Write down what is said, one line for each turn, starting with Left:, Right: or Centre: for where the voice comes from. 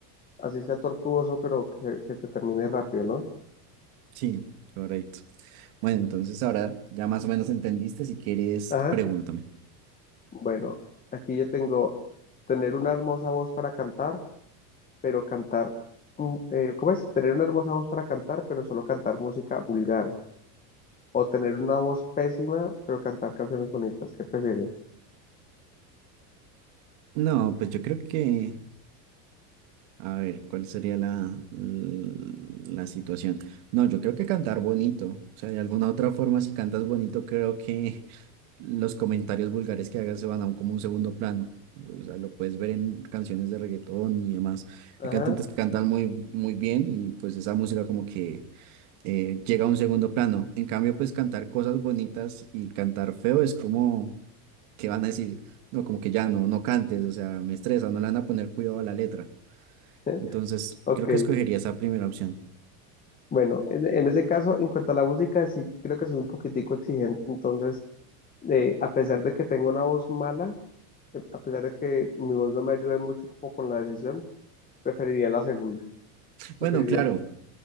Left: así sea tortuoso, pero que, que se termine rápido, ¿no?
Right: Sí, correcto. Bueno, entonces ahora ya más o menos entendiste. Si quieres,
Left: Ajá.
Right: pregúntame.
Left: Bueno, aquí yo tengo tener una hermosa voz para cantar, pero cantar, mm, eh, ¿cómo es? Tener una hermosa voz para cantar, pero solo cantar música vulgar. O tener una voz pésima, pero cantar canciones bonitas. ¿Qué prefieres?
Right: No, pues yo creo que A ver, ¿cuál sería la, la situación? No, yo creo que cantar bonito. O sea, de alguna otra forma, si cantas bonito, creo que <laughs> los comentarios vulgares que hagas se van a un, como un segundo plano. O sea, lo puedes ver en canciones de reggaetón y demás.
Left: Ajá.
Right: Hay cantantes que cantan muy, muy bien y pues esa música como que eh, llega a un segundo plano. En cambio, pues cantar cosas bonitas y cantar feo es como que van a decir, no, como que ya no, no cantes, o sea, me estresa, no le van a poner cuidado a la letra.
Left: <laughs>
Right: Entonces,
Left: Ok.
Right: creo que escogería esa primera opción.
Left: Bueno, en, en ese caso, en cuanto a la música, sí creo que soy un poquitico exigente. Entonces, eh, a pesar de que tengo una voz mala, eh, a pesar de que mi voz no me ayude mucho como con la decisión, preferiría la segunda. Preferiría,
Right: Bueno, claro,